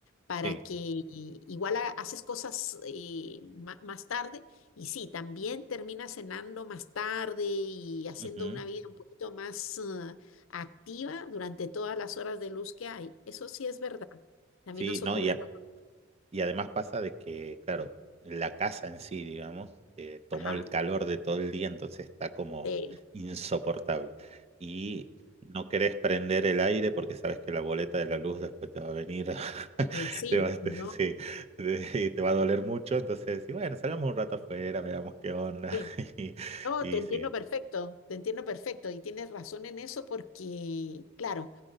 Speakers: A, on the left; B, on the right.
A: para
B: sí,
A: que i- igual ha- haces cosas eh, ma- más tarde y sí, también terminas cenando más tarde y haciendo
B: ujú,
A: una vida un poquito más eh, activa durante todas las horas de luz que hay. Eso sí es verdad. También
B: sí,
A: nos
B: no,
A: ocurre
B: ya.
A: a nosotros.
B: Y además pasa de que, claro, la casa en sí, digamos, eh, tomó
A: Ajá.
B: el calor de todo el día, entonces está como
A: sí.
B: insoportable. Y no querés prender el aire porque sabes que la boleta de la luz después te va a venir, <laughs>
A: Oye, sí,
B: te va, te-
A: y no,
B: sí, te, y te va a doler mucho. Entonces, sí, bueno, salgamos un rato afuera, veamos qué onda.
A: sí.
B: <laughs> Y,
A: No,
B: y
A: te entiendo
B: sí.
A: perfecto, te entiendo perfecto y tienes razón en eso porque, claro,